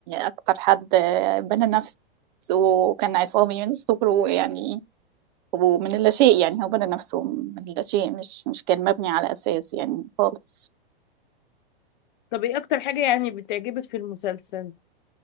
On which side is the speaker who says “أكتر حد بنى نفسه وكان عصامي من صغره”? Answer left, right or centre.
Right